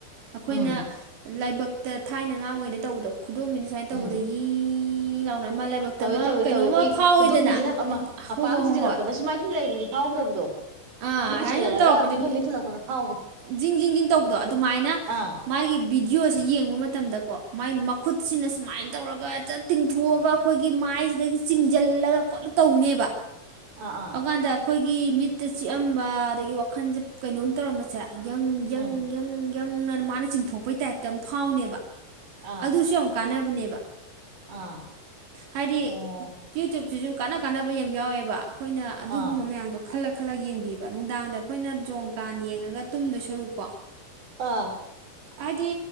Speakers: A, on the right; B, on the right.
A: ꯑꯩꯈꯣꯏꯅ
B: ꯎꯝ
A: ꯂꯥꯏꯕꯛ ꯇ ꯊꯥꯏꯅ ꯑꯉꯥꯡ ꯉꯣꯏꯗ ꯇꯧꯕꯗꯣ ꯈꯨꯗꯣꯝꯕꯤꯅ ꯁꯨꯃꯥꯏꯅ
B: ꯎꯝ
A: ꯇꯧꯕꯗꯒꯤ ꯌꯤ ꯂꯥꯎꯅ ꯑꯃ ꯂꯥꯏꯕꯛꯇ
B: ꯇꯧꯋꯦ
A: ꯑꯃ
B: ꯇꯧꯋꯦ
A: ꯀꯩꯅꯣꯝꯃ
B: ꯇꯧꯋꯦ ꯑꯈꯣꯏꯒꯤ
A: ꯐꯥꯎꯋꯦꯗꯅ
B: ꯈꯨꯗꯣꯝꯕꯤꯁꯤꯅ ꯑꯃ ꯃꯄꯥ
A: ꯍꯣ
B: ꯑꯃ
A: ꯍꯣ
B: ꯊꯤꯟꯖꯤꯜꯂꯛꯄꯗ
A: ꯍꯣ ꯍꯣꯏ
B: ꯁꯨꯃꯥꯏ ꯁꯨꯝ ꯂꯩꯒꯤꯕꯗꯤ ꯐꯥꯎꯗꯕꯗꯣ
A: ꯑꯥ
B: ꯃꯤꯠ
A: ꯁꯨꯃꯥꯏꯅ
B: ꯎꯏꯁꯜꯍꯜꯂꯒ
A: ꯌꯥꯝ ꯇꯧꯔꯛꯄꯗ
B: ꯈꯨꯗꯣꯝꯕꯤꯅ ꯊꯤꯜꯂꯛꯄꯗ ꯐꯥꯎ
A: ꯖꯤꯡ ꯖꯤꯡ ꯖꯤꯡ ꯇꯧꯕꯗꯣ ꯑꯗꯨꯃꯥꯏꯅ
B: ꯑꯥ
A: ꯃꯥꯒꯤ ꯚꯤꯗꯤꯑꯣꯁꯦ ꯌꯦꯡꯕ ꯃꯇꯝꯗꯀꯣ ꯃꯥꯒꯤ ꯃꯈꯨꯠꯁꯤꯅ ꯁꯨꯃꯥꯏꯅ ꯇꯧꯔꯒ ꯍꯦꯛꯇ ꯇꯤꯡꯊꯣꯛꯑꯒ ꯑꯈꯣꯏꯒꯤ ꯃꯥꯏꯁꯤꯗꯒꯤ ꯆꯤꯡꯁꯤꯜꯂꯒ ꯈꫭꯠꯂ ꯇꯧꯅꯦꯕ
B: ꯑꯥ ꯑꯥ
A: ꯑꯣ ꯀꯥꯟꯗ ꯑꯈꯣꯏꯒꯤ ꯃꯤꯠꯇ ꯆꯤꯛꯑꯝꯕ ꯑꯗꯒꯤ ꯋꯥꯈꯜꯖꯦ ꯀꯩꯅꯣꯝ ꯇꯧꯔꯝꯕꯖꯦ ꯌꯪ ꯌꯪ
B: ꯎꯝ
A: ꯌꯪ ꯌꯪꯅ ꯃꯥꯅ ꯆꯤꯡꯊꯣꯛꯄꯩ ꯇꯥꯏꯞꯇ ꯑꯃ ꯐꯥꯎꯅꯦꯕ
B: ꯑꯥ
A: ꯑꯗꯨꯁꯨ ꯌꯥꯝ ꯀꯥꯟꯅꯕꯅꯦꯕ
B: ꯑꯥ
A: ꯍꯥꯏꯗꯤ
B: ꯑꯣ
A: ꯌꯨ ꯇ꯭ꯌꯨꯕꯖꯤꯖꯨ ꯀꯥꯟꯅ ꯀꯥꯟꯅꯕ ꯌꯥꯝ ꯌꯥꯎꯋꯦꯕ ꯑꯈꯣꯏꯅ ꯑꯗꯨꯒꯨꯝꯕ
B: ꯑꯥ
A: ꯃꯌꯥꯝꯗꯣ ꯈꯜꯂꯛ ꯈꯜꯂꯒ ꯌꯦꯡꯕꯤꯕ ꯅꯨꯡꯗꯥꯡꯗ ꯑꯈꯣꯏꯅ ꯖꯣꯡ ꯀꯥꯟ ꯌꯦꯡꯉꯒ ꯇꯨꯝꯗꫭꯏ ꯁꯔꯨꯛꯀꯣ
B: ꯑꯥ
A: ꯍꯥꯏꯗꯤ